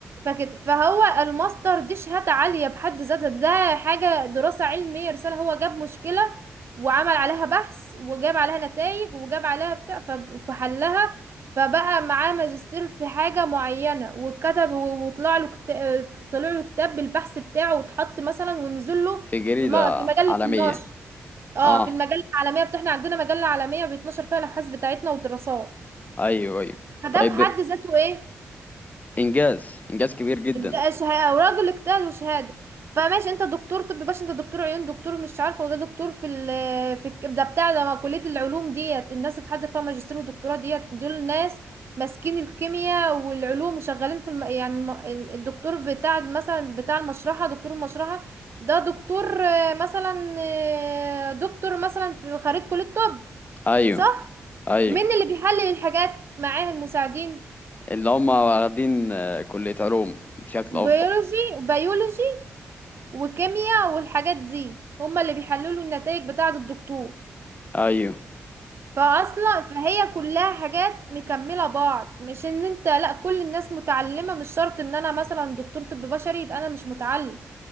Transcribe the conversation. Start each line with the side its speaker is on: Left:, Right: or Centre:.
Right: فكده فهو الماستر دي شهادة عالية بحد ذاتها ده حاجة دراسة علمية رسالة هو جاب مشكلة وعمل عليها بحث وجاب عليها نتائج وجاب عليها بتاع فب- فحلها فبقى معاه ماجستير في حاجة معينة وكتب و- وطلع له كتاب طلع له كتاب بالبحث بتاعه واتحط مثلا ونزل له
Left: في جريدة
Right: في م- في مجلة
Left: عالمية
Right: النشر اه
Left: اه
Right: في المجلة العالمية بتاعنا عندنا مجلة عالمية بيتنشر فيها الأبحاث بتاعتنا والدراسات
Left: ايوه ايوه
Right: فده
Left: طيب
Right: في حد ذاته ايه
Left: انجاز انجاز كبير جدا
Right: ده شهاده وراجل اجتهد وشهاده فماشي انت دكتور طب باش انت دكتور عيون دكتور مش عارفه وده دكتور في ال في الك- ده بتاع ده كليه العلوم ديت الناس اللي بتحضر فيها ماجستير ودكتوراه ديت دول ناس ماسكين الكيمياء والعلوم وشغالين في الم... يعني الم... ال- الدكتور بتاع مثلا بتاع المشرحه دكتور المشرحه ده دكتور آه، مثلا آه، دكتور مثلا في خريج كليه طب
Left: ايوه
Right: صح
Left: ايوه
Right: مين اللي بيحلل الحاجات معاه المساعدين
Left: اللي هم واخدين آه، كلية علوم بشكل
Right: بيولوجي
Left: افضل
Right: وبيولوجي وكيمياء والحاجات دي هما اللي بيحللوا النتائج بتاعة الدكتور
Left: ايوه
Right: فاصلا فهي كلها حاجات مكملة بعض مش ان انت لا كل الناس متعلمة مش شرط ان انا مثلا دكتور طب بشري يبقى انا مش متعلم